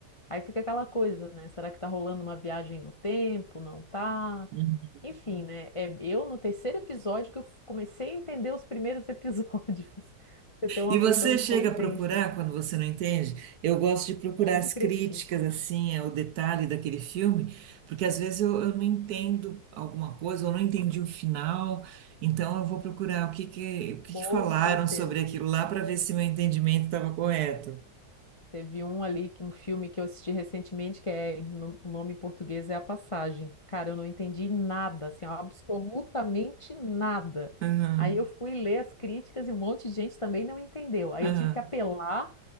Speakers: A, on the left; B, on the right.
A: Aí fica aquela coisa, né? Será que tá rolando uma viagem no tempo? Não tá?
B: uhum.
A: Enfim, né? É, eu no terceiro episódio que eu f- comecei a entender os primeiros episódios. <laughs> Você tem uma
B: E
A: noção
B: você
A: do
B: chega
A: quão
B: a
A: denso.
B: procurar quando você não entende? Eu gosto de procurar
A: Pode
B: as
A: crer
B: críticas,
A: que sim.
B: assim, ao detalhe daquele filme, porque às vezes eu, eu não entendo alguma coisa, eu não entendi o final, então eu vou procurar o que que, o que
A: Com
B: que falaram
A: certeza.
B: sobre aquilo lá para ver se meu entendimento estava correto.
A: Teve um ali, que- um filme que eu assisti recentemente, que é, no- o nome em português é A Passagem. Cara, eu não entendi nada, assim, absolutamente nada.
B: Aham,
A: Aí eu fui ler as críticas e um monte de gente também não entendeu. Aí
B: aham,
A: eu tive que apelar